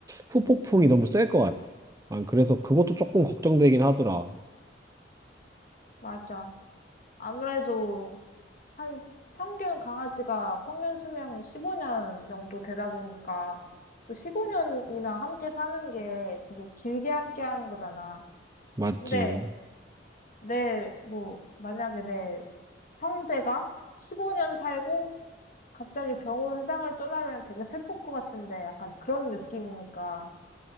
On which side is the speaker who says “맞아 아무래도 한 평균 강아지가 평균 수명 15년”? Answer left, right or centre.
Left